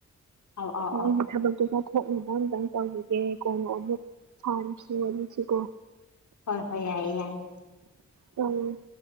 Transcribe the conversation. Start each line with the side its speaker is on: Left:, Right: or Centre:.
Left: ꯑꯧ ꯑꯧ
Right: ꯍꯣꯏ
Left: ꯑꯧ
Right: ꯊꯕꯛꯇꯣ ꯇꯧꯊꯣꯛꯑꯣ ꯊꯣꯛꯅꯕ ꯑꯝꯇꯪ ꯇꯧꯒꯤꯒꯦ ꯀꯣꯟꯅ ꯑꯃꯨꯛ ꯁꯥꯔꯥꯁꯦ ꯋꯥꯔꯤꯁꯦꯀꯣ
Left: ꯍꯣꯏ ꯍꯣꯏ ꯌꯥꯏꯌꯦ ꯌꯥꯏꯌꯦ
Right: ꯎꯝ